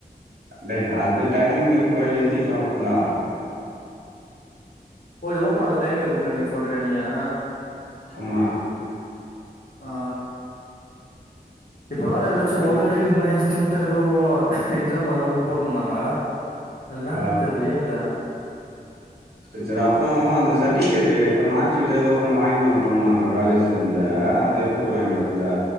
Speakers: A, on the right (about 80°); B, on the left (about 65°).
A: டேய் அது டைமிங் இருக்குல்ல எல்திக்ளௌட்னா
B: போய் ஓப்பன் ஆகுது டைம் இருக்குண்ணு நீ சொல்றீயா நீயே
A: ஆமா
B: ஆ இப்ப வேற ஏதாச்சு
A: இப்
B: ஒரு அறிவு <unintelligible> ரீ செண்டா எதோ எக்ஸாம் அ போட்ருந்தாங்க அது இன்னானு
A: ஆ
B: தெர்லயே அது
A: செர் செரி அப்புறோ அந்த சர்டிபிகேட்டு ஏதோ மார்க் ஷீட்டோ எதோ ஒன்னு வாங்கினி வரல்ன்னோன்னாங்க காலேஜ் போய் லர்ந்து அது எப்போ போய் வாங்கினு வற்தே